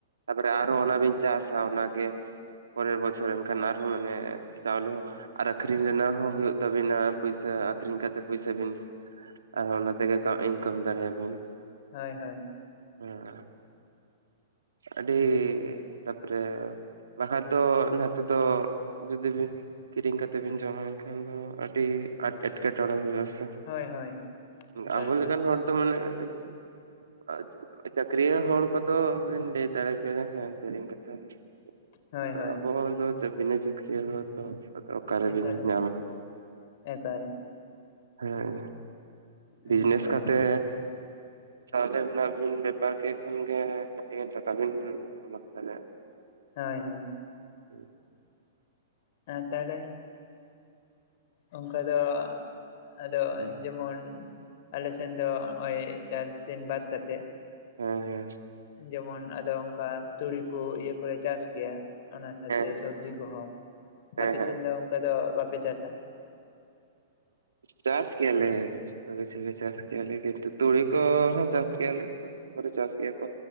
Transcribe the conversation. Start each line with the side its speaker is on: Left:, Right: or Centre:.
Right: ᱛᱟᱯᱚᱨᱮ ᱟᱨᱦᱚ ᱚᱱᱟᱵᱤᱱ ᱪᱟᱥᱟ ᱚᱱᱟᱜᱮ ᱯᱚᱨᱮᱨ ᱵᱚᱪᱷᱚᱨ ᱮᱱᱠᱷᱟᱱ ᱟᱨ ᱦᱚᱸ ᱢᱟᱱᱮ ᱪᱟᱣᱞᱮ ᱦᱚᱸ ᱟᱨ ᱟᱠᱷᱨᱤᱧ ᱨᱮᱱᱟᱜ ᱦᱚᱸ ᱦᱩᱭᱩᱜ ᱛᱟᱵᱤᱱᱟ ᱯᱩᱭᱥᱟ ᱟᱠᱷᱨᱤᱧ ᱠᱟᱛᱮ ᱯᱩᱭᱥᱟᱹ ᱵᱤᱱ ᱟᱨ ᱚᱱᱟᱛᱮ ᱜᱮ ᱤᱱᱠᱟᱢ ᱫᱟᱲᱮᱭᱟ ᱵᱤᱱ᱾
Left: ᱦᱳᱭ ᱦᱳᱭ᱾
Right: ᱦᱮᱸ ᱟᱹᱰᱤ ᱛᱟᱯᱚᱨᱮ ᱵᱟᱠᱷᱟᱡ ᱫᱚ ᱱᱟᱛᱮ ᱫᱚ ᱡᱩᱫᱤ ᱵᱤᱱ ᱠᱤᱨᱤᱧ ᱠᱟᱛᱮ ᱵᱤᱱ ᱡᱚᱢᱟ ᱮᱱᱠᱷᱟᱱ ᱫᱚ ᱟᱹᱰᱤ ᱟᱡᱽ ᱮᱴᱠᱮᱴᱚᱲᱮ ᱦᱳᱭᱳᱜ-ᱟ ᱥᱮ᱾
Left: ᱦᱳᱭ ᱦᱳᱭ ᱮᱠᱟᱞ
Right: ᱟᱵᱚ
Left: ᱮᱠᱟᱞ
Right: ᱞᱮᱠᱟᱱ ᱦᱚᱲ ᱫᱚ ᱢᱟᱱᱮ <unintelligible> ᱪᱟᱹᱠᱨᱤᱭᱟᱹᱱ ᱦᱚᱲ ᱠᱚᱫᱚ ᱵᱤᱱ ᱞᱟᱹᱭ ᱫᱟᱲᱮ ᱠᱮᱭᱟ ᱦᱮᱸ ᱠᱤᱨᱤᱧ ᱠᱟᱛᱮᱫ᱾
Left: ᱦᱳᱭ
Right: ᱟᱫᱚ
Left: ᱦᱳᱭ
Right: ᱟᱵᱚ ᱫᱚ ᱪᱟᱠ ᱵᱤᱱᱟ ᱪᱟᱠᱨᱤᱭᱟᱹᱱ ᱦᱚᱲ ᱛᱚ᱾ ᱚᱠᱟᱨᱮᱵᱤᱱ
Left: ᱮᱠᱟᱞ ᱮᱠᱟ
Right: ᱧᱟᱢᱟ
Left: ᱮᱠᱟᱞ᱾
Right: ᱦᱮᱸ ᱵᱤᱡᱽᱱᱮᱥ
Left: ᱚᱱᱠᱟ
Right: ᱠᱟᱛᱮ
Left: ᱜᱮ
Right: ᱛᱟᱦᱚᱞᱮ ᱚᱱᱟᱵᱤᱱ ᱵᱮᱯᱟᱨ ᱠᱮᱫ ᱠᱷᱟᱱ ᱜᱮ ᱟᱹᱰᱤᱜᱟᱱ ᱴᱟᱠᱟ ᱵᱤᱱ ᱠᱟᱢᱟᱣ ᱫᱟᱞᱮᱭᱟᱜ᱾
Left: ᱦᱳᱭ ᱦᱳᱭ᱾
Right: ᱦᱮᱸ᱾
Left: ᱟᱨ ᱛᱟᱦᱚᱞᱮ ᱚᱱᱠᱟ ᱫᱚ ᱟᱫᱚ
Right: ᱦᱮᱸ
Left: ᱡᱮᱢᱚᱱ ᱟᱞᱮᱥᱮᱱ ᱫᱚ ᱱᱚᱜᱼᱚᱭ ᱪᱟᱥ ᱫᱤᱱ ᱵᱟᱫ ᱠᱟᱛᱮᱜ
Right: ᱦᱮᱸ ᱦᱮᱸ᱾
Left: ᱡᱮᱢᱚᱱ ᱟᱫᱚ ᱚᱱᱠᱟ ᱛᱩᱲᱤ ᱠᱚ ᱤᱭᱟᱹ ᱠᱚᱞᱮ ᱪᱟᱥ ᱜᱮᱭᱟ ᱚᱱᱟ ᱥᱟᱶᱛᱮ
Right: ᱦᱮᱸ
Left: ᱥᱚᱵᱽᱡᱤ ᱠᱚ ᱦᱚᱸ᱾
Right: ᱦᱮᱸ
Left: ᱟᱯᱮ
Right: ᱦᱮᱸ
Left: ᱥᱮᱱ ᱫᱚ ᱚᱱᱠᱟ ᱫᱚ ᱵᱟᱯᱮ ᱪᱟᱥᱟ?
Right: ᱪᱟᱥ ᱜᱮᱭᱟᱞᱮ᱾ ᱡᱚᱛᱚ ᱠᱤᱪᱷᱩ ᱜᱮ ᱪᱟᱥ ᱠᱮᱭᱟ ᱞᱮ ᱠᱤᱱᱛᱩ ᱛᱩᱲᱤ ᱠᱚ ᱦᱚᱸ ᱪᱟᱥ ᱠᱮᱭᱟ ᱞᱮ᱾ ᱤᱭᱟᱹ ᱠᱚ